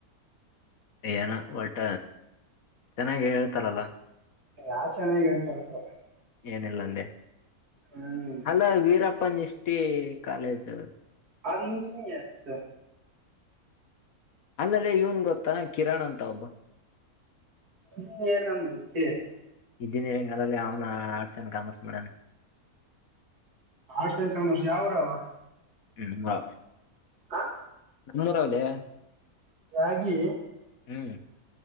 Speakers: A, on the left; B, on the right.
A: ಏನ ಒಟ ಚೆನ್ನಾಗಿ ಹೇಳ್ತಾರಲ್ಲ
B: ಯಾವ್ ಚೆನ್ನಾಗಿ ಹೇಳ್ತಾರ ೂಡ
A: ಏನಿಲ್ಲ ಅಂದೆ
B: ಹ್ಮ್
A: ಅಲ್ಲ ವೀರಪ್ಪ ನಿಷ್ಠಿ ಕಾಲೇಜ್
B: ಅದು ಇಂಜಿನಿಯರ್ಸ್
A: ಅಲ್ಲಲ್ಲಿ ಇವನ್ ಗೊತ್ತಾ ಕಿರಣ್ ಅಂತ ಒಬ್ಬ
B: ಇಂಜಿನಿಯರ್ ನಮ್ಗೆ ಗೊತ್ತೇ ಅಲ್ಲ
A: ಇಂಜಿನಿಯರಿಂಗ್ ಅಲ್ಲಿ ಅವನ ಆರ್ಟ್ಸ್ ಏನ್ ಕಾಮರ್ಸ್ ಮಾಡಣ
B: ಆಡ್ ಸ ಕುರ್ಸಿ ಯಾವರ ಅವ
A: ಹ್ಮ
B: ಹಾ
A: ನಮ್ಮೂರಾವದೇ
B: ಹಾಗಾಗಿ
A: ಹ್ಮ್